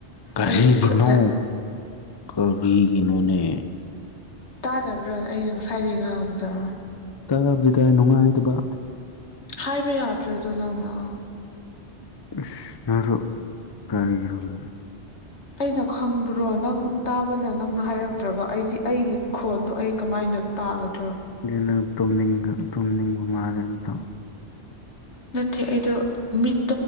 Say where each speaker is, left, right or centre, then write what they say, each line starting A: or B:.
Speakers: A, on the left; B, on the left.
A: ꯀꯔꯤꯒꯤꯅꯣ
B: ꯑꯩꯒꯤ ꯈꯨꯠꯅ
A: ꯀꯔꯤꯒꯤꯅꯣꯅꯦ
B: ꯇꯥꯗꯕ꯭ꯔꯥꯅ ꯑꯩꯅ ꯉꯁꯥꯏꯗꯒꯤꯩ ꯉꯥꯡꯕꯗꯣ
A: ꯇꯥꯕꯗꯨꯗ ꯅꯨꯡꯉꯥꯏꯇꯕ
B: ꯍꯥꯏꯕ ꯌꯥꯗ꯭ꯔꯗꯨ ꯅꯪꯅ
A: ꯏꯁ ꯅꯁꯨ ꯀꯔꯤꯒꯔꯣ ꯂꯩ
B: ꯑꯩꯅ ꯈꯪꯕ꯭ꯔꯣ ꯅꯪ ꯇꯥꯕꯅ ꯅꯪꯅ ꯍꯥꯏꯔꯛꯇ꯭ꯔꯒ ꯑꯩꯗꯤ ꯑꯩꯒꯤ ꯈꯣꯟꯗꯣ ꯑꯩ ꯀꯃꯥꯏꯅ ꯅꯨꯄꯥꯒꯠ
A: ꯅ ꯇꯣꯃꯤꯂꯤ ꯇꯣꯝꯂꯤꯕ ꯃꯥꯂ ꯇ
B: ꯅꯠꯇ ꯑꯩꯗ ꯃꯤꯣ